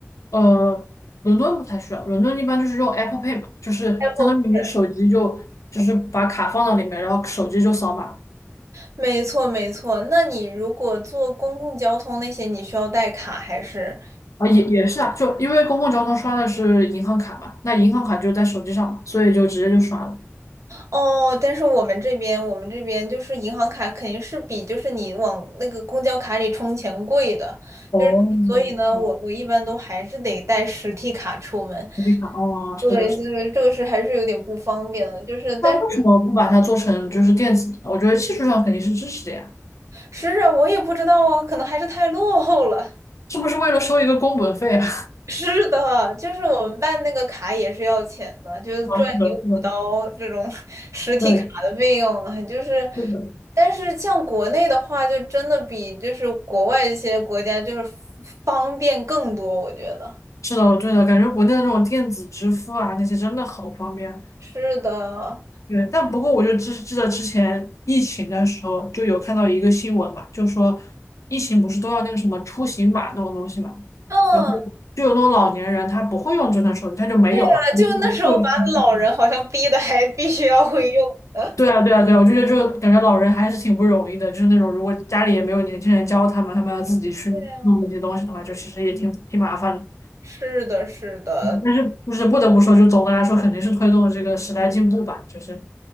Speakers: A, on the left; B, on the right.
A: 呃，伦敦不太需要，伦敦一般就是用 Apple Pay 嘛，就是相当于你的手机就就是把卡放到里面，
B: ？Apple Pay
A: 然后手机就扫码
B: 没错没错，那你如果坐公共交通那些，你需要带卡还是？
A: 啊，也也是啊，就因为公共交通刷的是银行卡嘛，那银行卡就在手机上嘛，所以就直接就刷了。
B: 哦，但是我们这边，我们这边就是银行卡肯定是比就是你往那个公交卡里充钱贵的，
A: 哦，
B: 就是所以呢，
A: 哦，
B: 我我一般都还是得带实体卡出门。
A: 手机卡，哦，是的，
B: 对，
A: 是的。
B: 这个这个是还是有点不方便的，就是但是
A: 那为什么不把它做成就是电子呢我觉得技术上肯定是支持的呀，
B: 是啊，我也不知道啊，可能还是太落后了。
A: 是不是为了收一个工本费啊？
B: 是的，就是我们办那个卡也是要钱的，就是赚你五刀这种
A: <laughs> 啊，是的，是的，
B: <laughs> 实体卡的费用啊就是，
A: 对，是的，
B: 但是像国内的话，就真的比就是国外一些国家就是方便更多，我觉得。
A: 是的，对的，感觉国内的这种电子支付啊，那些真的好方便。
B: 是的，
A: 对，但不过我就知记得之前疫情的时候就有看到一个新闻嘛，就说疫情不是都要那个什么出行码那种东西嘛，
B: 嗯，
A: 然后就有那种老年人他不会用智能手机，他就没有啊。
B: 对呀，
A: <laughs>
B: 就那时候把老人好像逼的还必须要会用的。
A: 对啊，对啊，对啊，我就觉得就感觉老人还是挺不容易的，就是那种如果家里也没有年轻人教他们，他们要自己去弄那些东西的话，
B: <laughs> 对呀，
A: 就其实也挺挺麻烦的。
B: 是的，是的，
A: 嗯但是就是不得不说，就总的来说肯定是推动了这个时代进步吧，就是